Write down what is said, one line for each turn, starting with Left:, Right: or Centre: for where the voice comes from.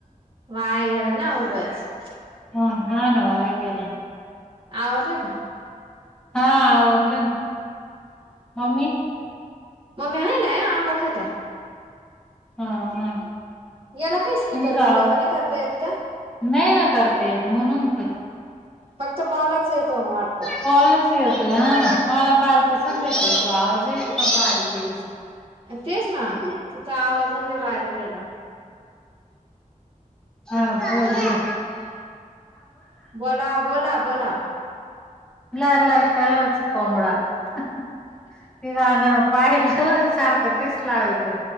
Right: वाया गेला ना होगच
Centre: हा हा नव आहेेला
Right: आवाज आहे का
Centre: हा आडले मम्मी
Right: मग महा ना आम वखत आहे.
Centre: हा हा
Right: याला काय
Centre: तुमचा
Right: स्पकर बिक
Centre: आवाज
Right: नाही करता येत का
Centre: नाही ना करता येत म्हणून का
Right: फक्त कॉलच येतो आटता
Centre: कॉलच येतोय हा ना मला काल तर समजायच तो आवाज येत का बारीकचा
Right: तेच ना त्याचा आवाज र बारीकचा
Centre: हा बोल ब
Right: बोला बोला बोला
Centre: लाल लाल कलरचा कोंबडा ति गाण पाहिलं. सारखं तेच लावेत